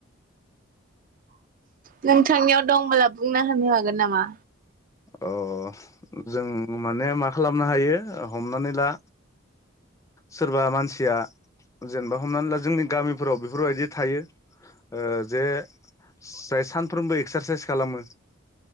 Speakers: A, on the right (about 45°); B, on the left (about 15°).
A: नोंथांनियाव दंबोला बुंनो होनो हागोन नामा?
B: अ जों माने मा खालामनो हायो हमनानै ला, सोरबा मानसिया जेनेबा हमनानै ला जोंनि गामिफोराव बेफोरबायदि थायो ओ जे जाय सानफ्रोमबो एक्सारसाइस खालामो,